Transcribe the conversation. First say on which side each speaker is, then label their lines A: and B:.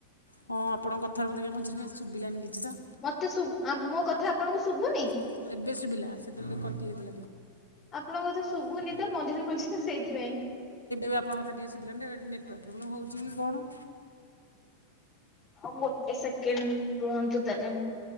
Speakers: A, on the left (about 80°); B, on the left (about 30°).
A: ହଁ ଆପଣଙ୍କ କଥାରେ ମୋତେ କାଇଁ ମଝିରେ ମଝିରେ ଶୁଭିଲାନି କିଛି ତ।
B: ମତେ ଶୁ ଆ ମୋ କଥା ଆପଣଙ୍କୁ ଶୁଭୁନି?
A: ହଁ, ଏବେ ଶୁଭିଲା ସେତେବେଳେ ଟିକେ କଟି ଯାଇଥିଲା ଟିକେ।
B: ଆପଣଙ୍କ କଥା
A: ହଁ ମଝିରେ <unintelligible>
B: ଶୁଭୁନି ତ ମଝିରେ ମଝିରେ ସେଇଥିପାଇଁ।
A: ହଁ ମତେ ଟିକେ ଶୁବିଲାନି <unintelligible> ନେଟୱର୍କ୍ ପ୍ରୋବଲମ୍ ହଉଛି କି କଣ।
B: ହଁ, ଗୋଟେ ସେକେଣ୍ଡ ରୁହନ୍ତୁ ତାହେଲେ।